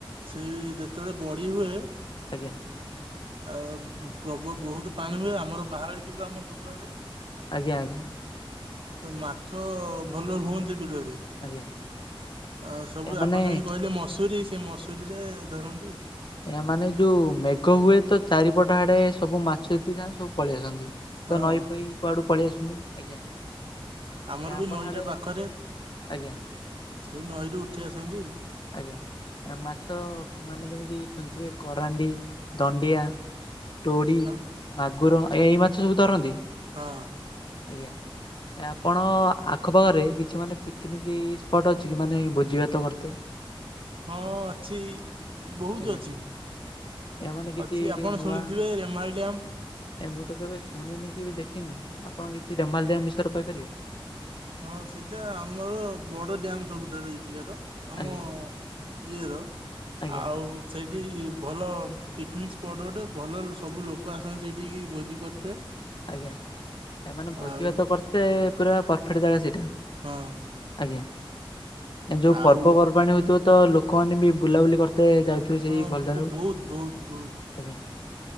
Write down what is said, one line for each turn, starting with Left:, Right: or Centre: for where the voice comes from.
Right: ସେ ଯେତେବେଳେ ବଢି ହୁଏ
Left: ଆଜ୍ଞା।
Right: ଆଉ ପ୍ରବ ବହୁତ ପାଣି ହୁଏ ଆମର ବାହାଳି ବିଲ ଆମ ସବୁଆଡେ।
Left: ଆଜ୍ଞା ଆଜ୍ଞା
Right: ତ ମାଛ ଭଲ ହୁଅନ୍ତି ବିଲରେ।
Left: ଆଜ୍ଞା।
Right: ଆ ସବୁ
Left: ଏ ମାନେ
Right: ଆପଣ ଯେମିତି କହିଲେ ମସୁରୀ ସେ ମସୁରୀରେ ଧରନ୍ତି।
Left: ୟାମାନେ ଯୋଉ ମେଘ ହୁଏ ତ ଚାରିପଟ ଆଡେ ସବୁ ମାଛ ଯେତିକି ଥାନ୍ତି ସବୁ ପଳେଇ ଆସନ୍ତି
Right: ହଁ
Left: ତ ନଈ ଫଇ କୁଆଡୁ ପଳେଇ ଆସୁଛନ୍ତିି। ଆଜ୍ଞା।
Right: ଆମର
Left: ଏ ଆପଣ
Right: ବି ନଈଟା
Left: ଆଡେ
Right: ପାଖରେ
Left: ଆଜ୍ଞା
Right: ସେଇ ନଈରୁ ଉଠି ଆସନ୍ତି।
Left: ଆଜ୍ଞା। ମାଛ ମାନେ ଯେମିତି ଶୁଣିଥିବେ କରାଣ୍ଡି ଦଣ୍ଡିଆ, ତୋଡି,
Right: ହଁ
Left: ମାଗୁର ଏ ଏଇ ମାଛ ସବୁ ଧରନ୍ତି।
Right: ହଁ।
Left: ଆଜ୍ଞା। ଆପଣ ଆଖପାଖରେ କିଛି ମାନେ ପିକନିକ୍ ସ୍ପଟ୍ ଅଛି କି ମାନେ ଭୋଜି ଭାତ କରୁଥିବେ,
Right: ହଁ ଅଛି। ବହୁତ
Left: ଆଜ୍ଞା
Right: ଅଛି।
Left: ଏହା ମାନେ କିଛି
Right: ଅଛି ଆପଣ
Left: ନୂଆ
Right: ଶୁଣିଥିବେ ରେମାଳି ଡ୍ୟାମ୍,
Left: ଏ ମୁଁ ତ କେବେ ଶୁଣିନି କି ଦେଖିନି ଆପଣ କିଛି ରେମାଲ ଡ଼୍ୟାମ୍ ବିଷୟରେ କହିପାରିବେ?
Right: ହଁ ସେଇଟା ଆମର ବଡ ଡ୍ୟାମ ସବୁଠାରୁ ଏହିଠିକାର। ଆମ
Left: ଆଜ୍ଞା
Right: ଇଏ ର
Left: ଆଜ୍ଞା
Right: ଆଉ। ସେଇଠି ଭଲ ପିକନିକ୍ ସ୍ପଟ୍ ଗୋଟେ ଭଲ ସବୁ ଲୋକ ଆସନ୍ତି ସେଇଠିକି ଭୋଜି କରିତେ
Left: ଆଜ୍ଞା ଏମାନେ ଭୋଜି
Right: ଆଉ
Left: ଭାତ କରତେ ପୁରା ପରଫେକ୍ଟ ଜାଗା ସେଇଟା।
Right: ହଁ।
Left: ଆଜ୍ଞା ଏ ଯୋଉ
Right: ଆଉ
Left: ପର୍ବପର୍ବାଣି ହଉଥିବ ତ ଲୋକମାନେ ବି ବୁଲାବୁଲି କରତେ ଯାଉ ତୁ ସେଇ
Right: ହଁ
Left: ଭଲ ଧାରୁ
Right: ବହୁତ ବହୁତ ବହୁତ
Left: ଆଜ୍ଞା